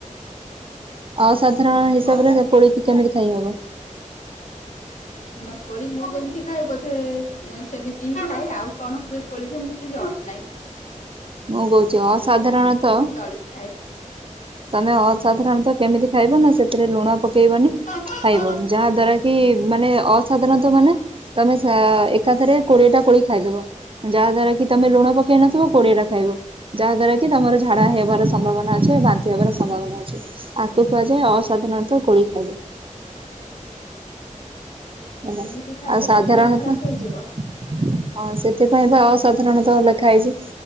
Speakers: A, on the right; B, on the left.
A: ଅସାଧାରଣ ହିସାବ
B: ଅସା
A: ରେ କୋଳିକି କେମିତି ଥାଇ ହବ?
B: ଶୁଣ କୋଳି ମୁଁ ଯେମିତି ଖାଏ ବୋଧେ ସେମିତି ହିଁ ଖାଏ ଆଉ କଣ କୁହେ କୋଳି ଯେ ମତେ ଜଣା ନାହିଁ।
A: ମୁଁ କହୁଛି ଅସାଧାରଣତଃ
B: ତଳିକି ଖା। ଏ
A: ତମେ ଅସାଧାରଣତଃ କେମିତି ଖାଇବ ନା ସେଥିରେ ଲୁଣ ପକେଇବନି
B: ହଁ।
A: ଖାଇବ ଯାହା ଦ୍ଵାରା କି ମାନେ ଅସାଧାରଣତଃ ମାନେ ତମେ ଏକାଥରେ କୋଡିଏ ଟା କୋଳି ଖାଇଦବ। ଯାହା ଦ୍ୱାରା କି ତମେ ଲୁଣ ପକେଇ ନଥିବ କୋଡିଆଟ ଖାଇବ ଯାହା ଦ୍ୱାରା କି କି ତମର ଝାଡା ହେବାର ସମ୍ଭାବନା ଅଛି। ବାନ୍ତି ହବାର ସମ୍ଭାବନା ଅଛି ଆଖୁ କୁହାଯାଏ ଅସାଧାରଣତଃ କୋଳି ଖାଇଯାଏ। ହେଲା
B: ସେମିତି ଖାଇଲେ
A: ଆଉ ସାଧାରଣ
B: ତ ଦେହ ଖରାପ
A: ତ
B: ହେଇଯିବ
A: ହଁ ସେଥିପାଇଁ ବା ଅସାଧାରଣତଃ ଲେଖା ହେଇଛି।